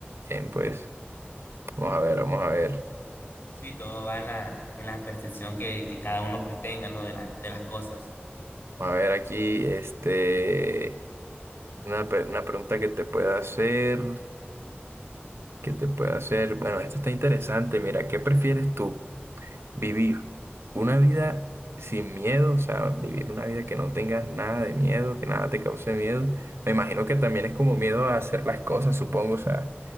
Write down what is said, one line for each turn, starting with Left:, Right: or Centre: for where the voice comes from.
Right: bien, pues. Vamos a ver, vamos a ver.
Left: Sí, todo va en la, en la percepción que, que cada uno pues tenga, ¿no? De la- de las cosas.
Right: Vamos a ver aquí, este, una, pe- una pregunta que te pueda hacer, que te pueda hacer. Bueno, esta está interesante. Mira, ¿qué prefieres tú? Vivir una vida sin miedo, o sea, vivir una vida que no tengas nada de miedo, que nada te cause miedo. Me imagino que también es como miedo a hacer las cosas, supongo, o sea,